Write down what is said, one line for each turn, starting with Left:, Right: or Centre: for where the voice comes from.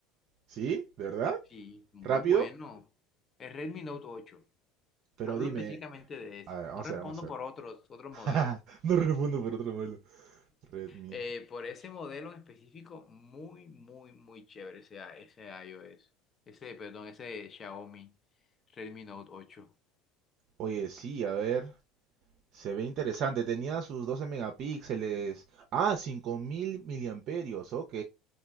Right: ¿Sí? ¿De verdad?
Left: Sí, muy
Right: ¿Rápido?
Left: bueno. El Redmi Note 8.
Right: Pero
Left: Hablo
Right: dime...
Left: específicamente de ese.
Right: A ver, vamos
Left: No respondo
Right: a ver, vamos a
Left: por
Right: ver.
Left: otros, otros
Right: <laughs>
Left: modelos.
Right: No respondo por otro modelo. Redmi
Left: Eh, por
Right: 8.
Left: ese modelo en específico, muy, muy, muy chévere ese, ese iOS. Ese, perdón, ese Xiaomi Redmi Note 8.
Right: Oye, sí, a ver. Se ve interesante. Tenía sus 12 megapíxeles. Ah, 5000 miliamperios. Ok.